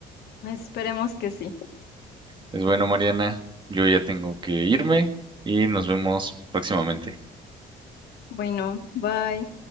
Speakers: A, on the left; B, on the right.
A: Esperemos que sí.
B: Pues bueno, Mariana, yo ya tengo que irme y nos vemos próximamente.
A: Bueno, bye.